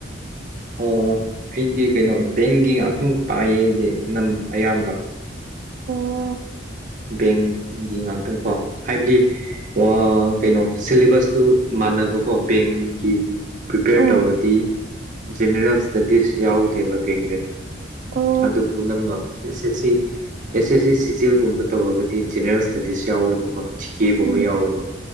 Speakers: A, on the right; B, on the right.
A: ꯑꯣ ꯑꯩꯗꯤ ꯀꯩꯅꯣ ꯕꯦꯡꯒꯤ ꯉꯥꯛꯇꯪ ꯄꯥꯏꯌꯦꯗꯤ ꯑꯅꯝ ꯑꯌꯥꯝꯕ
B: ꯑꯣ
A: ꯕꯦꯡꯒꯤ ꯉꯥꯛꯇꯪꯀꯣ ꯍꯥꯏꯕꯗꯤ ꯋꯥ ꯀꯩꯅꯣ ꯁꯤꯂꯦꯕꯁꯇꯨ ꯃꯥꯟꯅꯕꯀꯣ ꯕꯦꯡꯒꯤ ꯄ꯭ꯔꯤꯄꯦꯌꯔ
B: ꯑꯥ
A: ꯇꯧꯔꯗꯤ ꯖꯦꯅꯔꯦꯜ ꯏꯁꯇꯗꯤꯁ ꯌꯥꯎꯗꯦꯕ ꯕꯦꯡꯗꯗꯤ
B: ꯑꯣ
A: ꯑꯗꯨꯕꯨ ꯅꯪꯅ ꯑꯦꯁ S C S S C ꯁꯤꯖꯦꯜꯒꯨꯝꯕ ꯇꯧꯔꯒꯗꯤ ꯖꯦꯅꯔꯦꯜ ꯁ꯭ꯇꯗꯤꯁ ꯌꯥꯎꯋꯦꯕ ꯆꯖꯤ ꯀꯦꯒꯨꯝꯕ
B: ꯎꯝ
A: ꯌꯥꯎꯋꯦꯕ